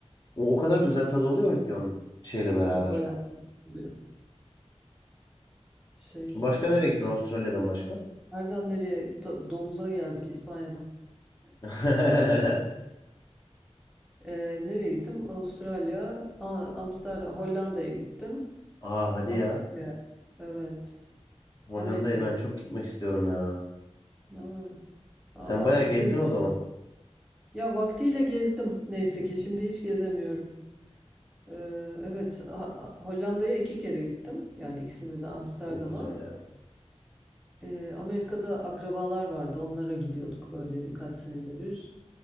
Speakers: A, on the left; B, in the centre.
A: O, o
B: Hı
A: kadar
B: hı.
A: güzel tadı oluyor ki onun şeyle beraber.
B: Evet bayağı tatlı oluyor. Şey
A: Başka
B: ne,
A: nereye gittin Avustralya'dan başka?
B: nereden nereye Do- domuza geldik İspanya'dan.
A: <laughs>
B: Ee, nereye gittim? Avustralya, A- Amsterdam, Hollanda'ya gittim.
A: Aa hadi
B: Amerika'ya.
A: ya.
B: Evet. Amerika'ya.
A: Hollanda'ya ben çok gitmek istiyorum ya.
B: Aa,
A: Sen
B: Ah ah
A: bayağı gezdin
B: gidilir.
A: o zaman.
B: Ya vaktiyle gezdim neyse ki. Şimdi hiç gezemiyorum. Ee, evet. Ha- Hollanda'ya iki kere gittim. Yani ikisinde de Amsterdam'a.
A: Çok güzel ya.
B: Ee, Amerika'da akrabalar vardı. Onlara gidiyorduk böyle birkaç senede bir.